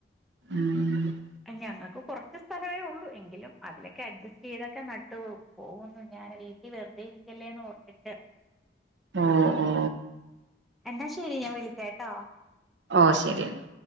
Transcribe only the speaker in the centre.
ഞങ്ങക്ക് കൊറച്ച് സ്ഥലമേ ഒള്ളൂ എങ്കിലും അതിലൊക്കെ അഡ്ജസ്റ്റ് ചെയ്തൊക്കെ നട്ടു പോക് പോകുന്നു ഞാന് വീട്ടില് വെറുതെ ഇരിക്കല്ലേന്നോർത്തിട്ട്.
എന്നാ ശരി ഞാൻ വിളിക്കാട്ടോ.